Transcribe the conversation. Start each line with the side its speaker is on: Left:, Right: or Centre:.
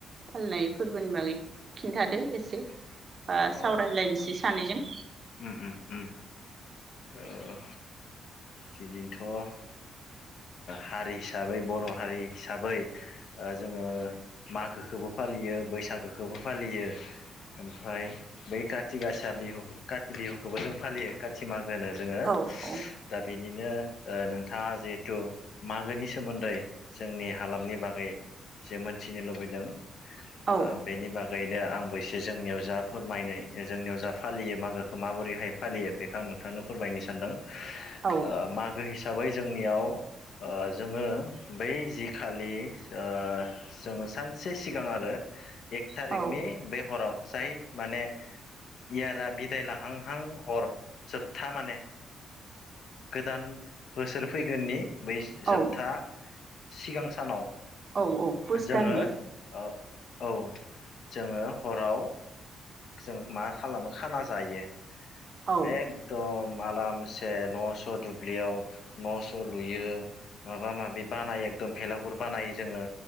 Right: फालिनाय फोरबोनि बागै खिन्थादो एसे बा सावरायलायसै।
Left: औ
Right: सानैजों
Left: उम उम उम औ। बिदिनोथ' हारि हिसाबै बर' हारि हिसाबै ओ जोङो मागोखोबो फालियो बैसागोखोबो फालियो ओमफ्राय बै काति गासा बिहु काति बिहुखौबो जों फालियो काथि माग <unintelligible>
Right: औ औ
Left: दा बेनिनो ओ नोंथाङा जिहेतु मागोनि सोमोन्दै जोंनि हालामनि बागै जे मोनथिनो लुबैदों ओ
Right: औ
Left: बेनि बागैनो आंबो एसे जे जोंनियाव जा फोरमायनाय जोंनियाव जा फालियो मागोखौ खौ माबोरैहाय फालियो बेखो आं नोंथांनो फोरमायनो सानदों। ओ
Right: औ
Left: मागो हिसा हिसाबै जोंनियाव ओ जोङो बै जि खालि ओ जोङो सानसे सिगां आरो एक थारिकनि
Right: औ
Left: बे हराव जाय माने इयारा बे बिदाय लाहांहां हर जोबथा माने गोदान बोसोर फैगोननि बै
Right: औ
Left: जोबथा सिगां सानाव
Right: औ औ पुस
Left: जोङो
Right: दाननि
Left: ओ औ जोङो हराव जों मा खालामो खाना जायो।
Right: औ
Left: बेकदम बालामसे न'स' दुब्लियाव न'स' लुयो माबा माबि बानायो एकदम भेलागुर बानायो जोङो।